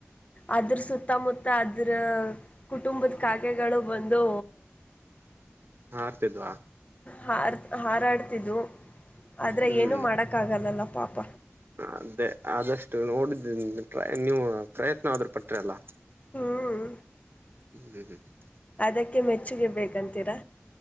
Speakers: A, on the left; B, on the right.
A: ಅದ್ರ ಸುತ್ತಮುತ್ತ ಅದ್ರ ಕುಟುಂಬದ ಕಾಗೆಗಳು ಬಂದು.
B: ಹಾರ್ತಿದ್ವಾ.
A: ಹಾರ್ ಹಾರಾಡ್ತಿದ್ದು ಆದ್ರೆ
B: ಹ್ಮ್
A: ಏನು ಮಾಡಕ್ಕ ಆಗಲ್ಲಲ್ಲ ಪಾಪ.
B: ಅದೇ ಆದಷ್ಟು ನೋಡಿದ್ದ ನೀವು ಪ್ರಯತ್ನ ಆದ್ರೂ ಪಟ್ರ ಅಲ್ಲ.
A: ಹ್ಮ್
B: ಹ್ಮ್ <unintelligible>
A: ಅದಕ್ಕೆ ಮೆಚ್ಚುಗೆ ಬೇಕಂತೀರಾ